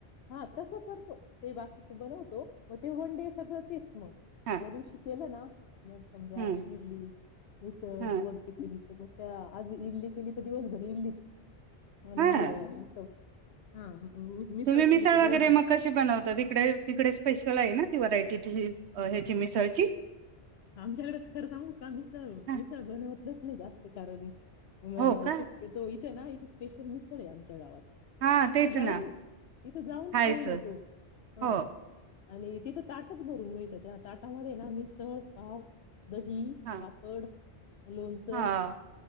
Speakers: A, on the left; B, on the right.
A: हा तसं करतो. ते बाकीच बनवतो. व वन डे सगळं तेच मग
B: हा
A: ज्या दिवशी केलं ना मग समजा
B: हम्म
A: इडली मिसळ
B: हा
A: <unintelligible> केली त मग त्या आज इडली केली तर दिवसभर इडलीच आणि
B: हा
A: म <inaudible> हा ह हो मिसळ
B: तुम्ही वगैरे
A: तर दिवस
B: मग कशी बनवतात इकडे तिकडे स्पेशल आहे ना? ती व्हरायटी ती ही हेची मिसळची
A: आमच्याकडच खरं सांगू का मिसळ
B: हां,
A: मिसळ बनवत <unintelligible> जास्त कारण व
B: हो का
A: शक्यतो इथे ना इथेच स्पेशल मिसळ आहे आमच्या गावात.
B: हा
A: इथ
B: तेच
A: जाऊन
B: ना
A: इथ जाऊन
B: खायचं
A: खाऊन येतो हा
B: हो
A: आणि तिथं ताटच भरून मिळतं त्या ताटामध्ये मिसळ पाव.... दही
B: हा
A: पापड लोणचं
B: हा